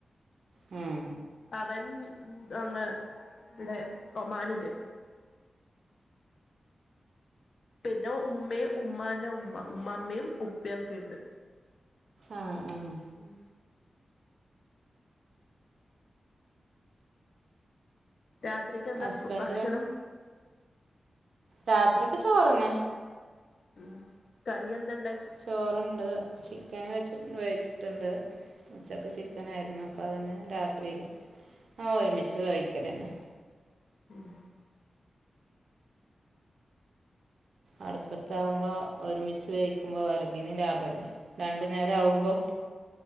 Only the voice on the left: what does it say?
അവൻ അങ്ങ് ഇവിടെ ഒമാനില്. പിന്നെ ഉമ്മി ഉമ്മാന്റെ ഉമ്മ ഉമ്മാമ്മയും ഉപ്പ്യൊക്കെ ണ്ട്.
ഉം. രാത്രിക്കെന്താ
ഫ് ഭക്ഷണം?
ഉം കറിയെന്ത ണ്ട
ഉം.